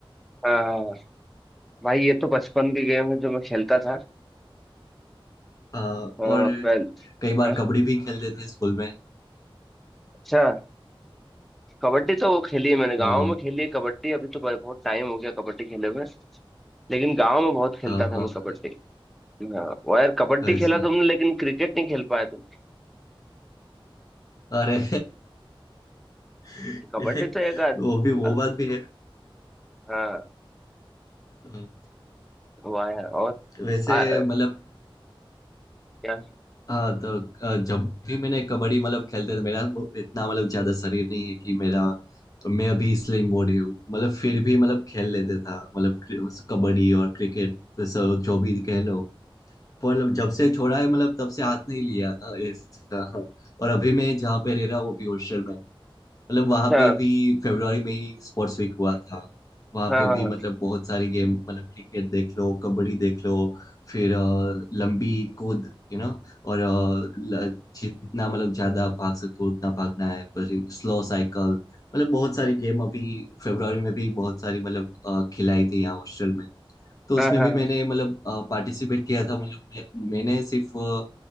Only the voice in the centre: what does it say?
हाँ हाँ, भाई ये तो बचपन के गेम है जो मैं खेलता था
हाँ
पहले
हाँ
अच्छा कबड्डी तो वो खेली है मैंने गांव
में खेली है कबड्डी अभी तो ब- बहुत टाइम हो गया कबड्डी खेले हुए लेकिन गांव में बहुत खेलता
था
मैं कबड्डी हाँ वो यार कबड्डी
खेला तुमने लेकिन क्रिकेट नहीं खेल पाए तुम
कबड्डी तो एक अद-
अल-
हाँ
हुआ है और
आ,
क्या
अच्छा
हाँ
हाँ
हाँ हाँ
हाँ,